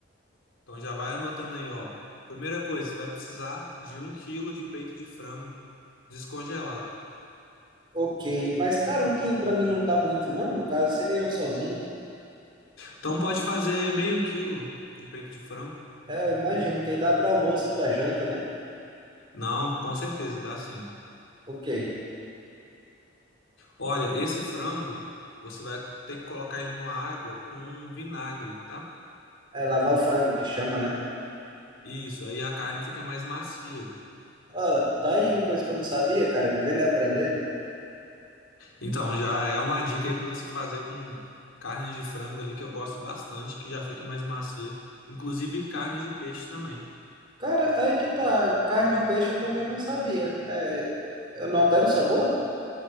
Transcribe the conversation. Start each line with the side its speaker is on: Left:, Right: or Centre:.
Left: Então já vai anotando aí, ó. Primeira coisa, você vai precisar de um quilo de peito de frango descongelado.
Right: Ok, mas cara, um quilo pra mim não tá muito, não. No caso, seria eu sozinho.
Left: Então pode fazer meio quilo de peito de frango?
Right: É, eu imagino que aí dá para almoço e para janta, né?
Left: Não, com certeza, dá sim.
Right: Ok.
Left: Olha, esse frango você vai ter que colocar ele numa água com vinagre, tá?
Right: É lavar o frango que chama, né?
Left: Isso, aí a carne fica mais macia.
Right: Ah, tá aí uma coisa que eu não sabia, cara, vivendo e aprendendo.
Left: Então já é uma dica aí para você fazer com carne de frango ali que eu gosto bastante, que já fica mais macia. Inclusive carne de peixe também.
Right: Cara, aí que tá, carne de peixe eu também não sabia. É, eu não altero o sabor?